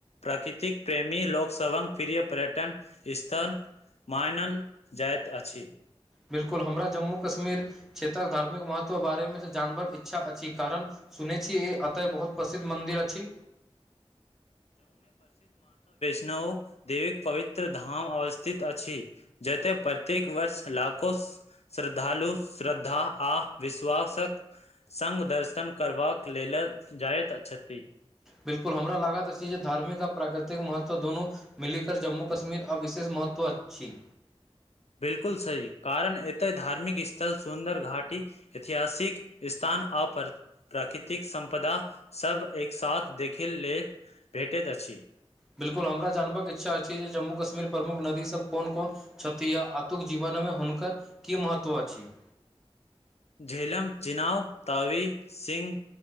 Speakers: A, on the left; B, in the centre.
A: प्राकृतिक प्रेमी लोकोकसव् प्रिय पर्यटन इस्तान मायनाल जायइत अछी
B: बिल्कुल हमरा जम्मू कश्मीर क्षेत्रक धार्मिक महत्व बारेमे जानबर इच्छा अछि कारण सुनै छी ई एतय बहुत प्रसिद्ध मन्दिर अछि
A: नओ देवीक पवित्र धाम अवस्थित अछि जतेक प्रत्येक वर्ष लाखो स श्रद्धालु श्रद्धा आ विश्वासक संग दर्शन करबाक लेल जाइत छती
B: बिल्कुल हमरा लागत अछि जे धार्मिक आ प्राकृतिक महत्व दुनू मिलीर जम्मू कश्मीर अब विशेष महत्व अछि
A: बिल्कुल सही कारण एते धार्मिक स्थल सुन्दर घाटी ऐतिहासिक स्थान आ प्राकृतिक संपदा सब एक साथ देखे लेल भेटैत अछि
B: बिल्कुल हमरा जानबाक इच्छा अछि जे जम्मू कश्मीर प्रमुख नदी सब कोन कोन छथि या आतुक जीवनमे हुनकर की महत्व अछि <inaudible>
A: झेलम चुनाव तवी सिंह